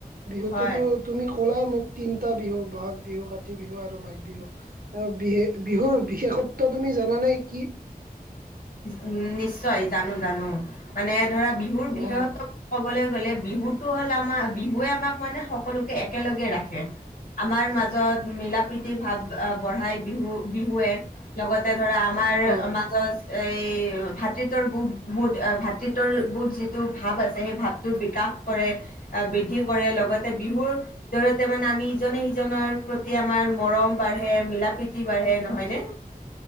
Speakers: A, on the right; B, on the left.
A: বিহুতোতো
B: হয়
A: তুমি ক'লাই মোক তিনটা বিহু বহাগ বিহু কাতি কাতি বিহু আৰু মাঘ বিহু আ‌‌ বিহু বিহুৰ বিশেষত্ব তুমি জানানে কি
B: উম নিশ্চয় জানো জানো মানে ধৰা বিহুৰ বিশেষত্ব
A: অ
B: ক'বলৈ গ'লে বিহুটো হ'ল আমাৰ বিহুৱে আমাক মানে সকলোকে একেলগে ৰাখে আমাৰ মাজত মিলা প্ৰীতিৰ ভাৱ আ বঢ়াই বিহু বিহুৱে লগতে ধৰা আমাৰ
A: অ
B: মাজত এই ভ্ৰাতৃত্বৰ বু বুধ ভ্ৰাতৃত্বৰ বুধ যিটো ভাৱ আছে সেই ভাৱটোৰ বিকাশ কৰে আ‌ বৃদ্ধি কৰে লগতে বিহুৰ জৰিয়তে মানে আমি ইজনে সিজনৰ প্ৰতি প্ৰতি আমাৰ মৰম বাঢ়ে মিলা প্ৰীতি বাঢ়ে নহয় নে?